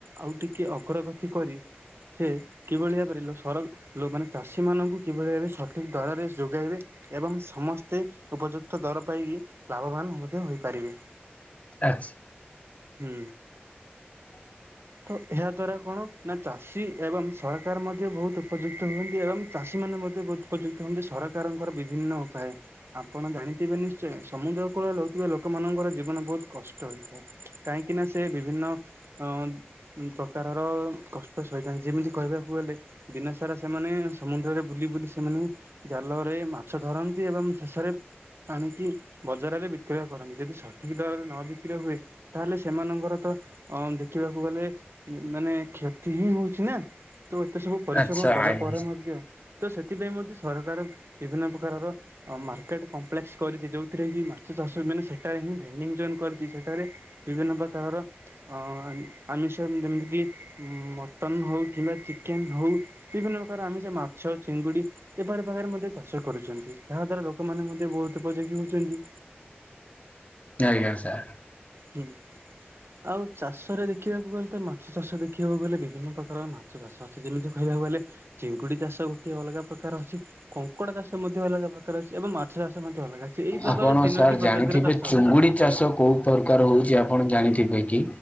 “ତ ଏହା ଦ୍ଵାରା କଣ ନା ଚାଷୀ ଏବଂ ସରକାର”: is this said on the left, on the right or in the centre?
Right